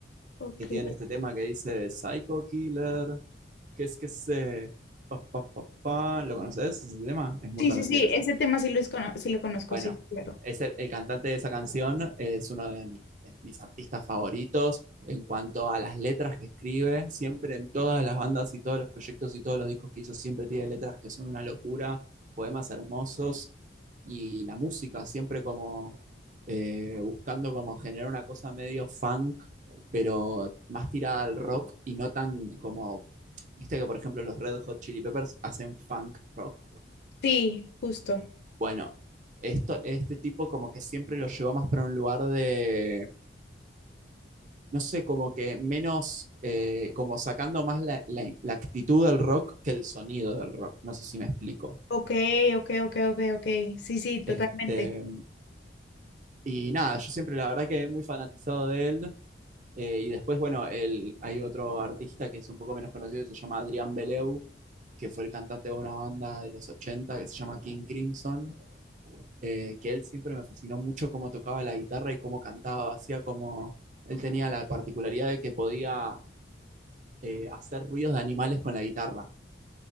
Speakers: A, on the left (about 60°); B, on the right (about 40°).
A: Ok.
B: que tiene este tema que dice Psycho Killer, que es que se... Pa, pa, pa, pa. ¿Lo conoces ese tema? Es muy
A: Sí,
B: conocido
A: sí, sí,
B: ese.
A: ese tema sí lo, es- cono- sí lo conozco,
B: Bueno,
A: sí, sí, claro.
B: es el, el cantante de esa canción es uno de mis, de mis artistas favoritos en cuanto a las letras que escribe. Siempre en todas las bandas y todos los proyectos y todos los discos que hizo, siempre tiene letras que son una locura, poemas hermosos y la música siempre como eh, buscando como generar una cosa medio funk, pero más tirada al rock y no tan como, viste que por ejemplo los Red Hot Chili Peppers hacen funk rock
A: Sí, justo.
B: bueno, esto, este tipo como que siempre lo llevó más para un lugar de, no sé, como que menos, eh, como sacando más la, la- la actitud del rock que el sonido del rock, no sé si me explico.
A: Ok, ok, ok, ok, ok. Sí, sí, totalmente.
B: Este, y nada, yo siempre la verdad que muy fanatizado de él. Eh, y después, bueno, él- hay otro artista que es un poco menos conocido, que se llama Adrián Beleu, que fue el cantante de una banda de los 80 que se llama King Crimson. eh, que él siempre me fascinó mucho cómo tocaba la guitarra y cómo cantaba, hacía como, él tenía la particularidad de que podía eh, hacer ruidos de animales con la guitarra.